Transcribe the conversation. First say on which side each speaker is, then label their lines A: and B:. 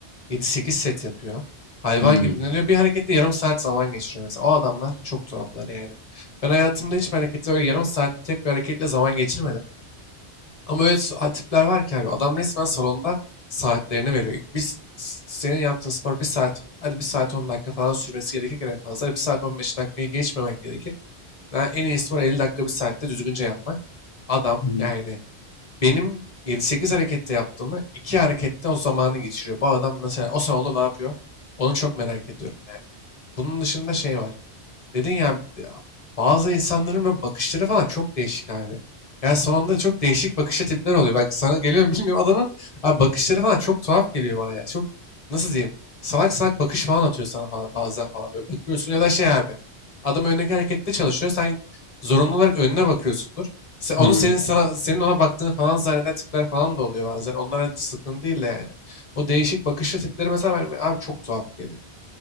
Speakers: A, on the left; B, on the left.
A: 7-8 set yapıyor. Hayvan
B: Hmm.
A: gibi dinleniyor. Bir harekette yarım saat zaman geçiriyor mesela. O adamlar çok tuhaflar yani. Ben hayatımda hiçbir harekette öyle yarım saat tek bir hareketle zaman geçirmedim. Ama öyle s- tipler var ki abi adam resmen salonda saatlerini veriyor. İlk Biz s- senin yaptığın spor bir saat hadi bir saat 10 dakika falan sürmesi gerekirken en fazla bir saat 15 dakikayı geçmemen gerekir. Ben en iyisi var 50 dakika bir saatte düzgünce yapmak. Adam
B: Hmm.
A: yani benim 7-8 harekette yaptığımı 2 harekette o zamanı geçiriyor. Bu adam nasıl o salonda ne yapıyor? Onu çok merak ediyorum yani. Bunun dışında şey var. Dedin ya bazı insanların böyle bakışları falan çok değişik abi. Yani sonunda çok değişik bakışlı tipler oluyor. Bak sana geliyor mu bilmiyorum adamın abi bakışları falan çok tuhaf geliyor bana ya. Çok nasıl diyeyim salak salak bakış falan atıyor sana falan bazen falan böyle bakıyorsun ya da şey abi. Adam öndeki harekette çalışıyor sen zorunlu olarak önüne bakıyorsundur. Sen, onu
B: Hmm.
A: senin sana, senin ona baktığını falan zanneden tipler falan da oluyor bazen. Onlara sıkıntı değil de yani. O değişik bakışlı tipleri mesela ben- abi çok tuhaf geliyor.